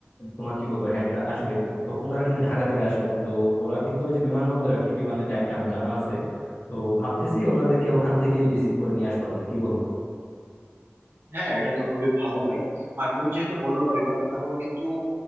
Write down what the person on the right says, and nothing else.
হ্যাঁ এটা তো খুবই ভালো হয় আর তুমি যেহেতু বললো ওইভাবে তাহলে কিন্তু